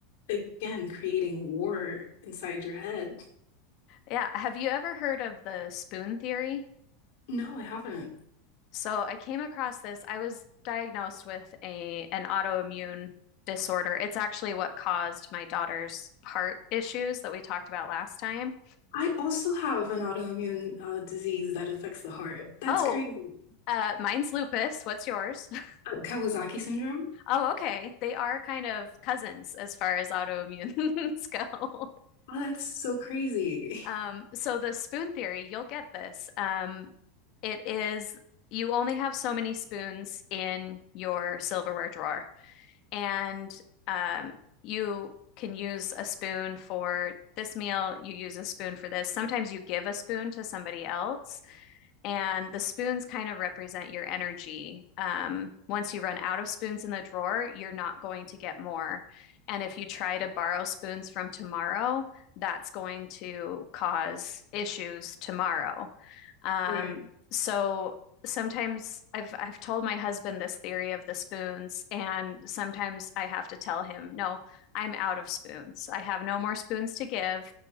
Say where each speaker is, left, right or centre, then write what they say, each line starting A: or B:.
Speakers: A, on the left; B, on the left.
A: again, creating war inside your head.
B: Yeah. Have you ever heard of the spoon theory?
A: No, I haven't.
B: So I came across this. I was diagnosed with a an autoimmune disorder. It's actually what caused my daughter's heart issues that we talked about last time.
A: I also have an autoimmune uh, disease that affects the heart. That's
B: Oh,
A: crazy.
B: uh, mine's lupus. What's yours? <laughs>
A: Uh, Kawasaki syndrome?
B: Oh, okay. They are kind of cousins as far as autoimmunes <laughs> go.
A: Oh, that's so crazy.
B: Um,
A: <laughs>
B: so the spoon theory, you'll get this. Um, it is you only have so many spoons in your silverware drawer, and um, you can use a spoon for this meal, you use a spoon for this. Sometimes you give a spoon to somebody else. And the spoons kind of represent your energy. Um, once you run out of spoons in the drawer, you're not going to get more. And if you try to borrow spoons from tomorrow, that's going to cause issues tomorrow. Um,
A: Right,
B: so sometimes I've I've told my husband this theory of the spoons, and sometimes I have to tell him, no, I'm out of spoons. I have no more spoons to give.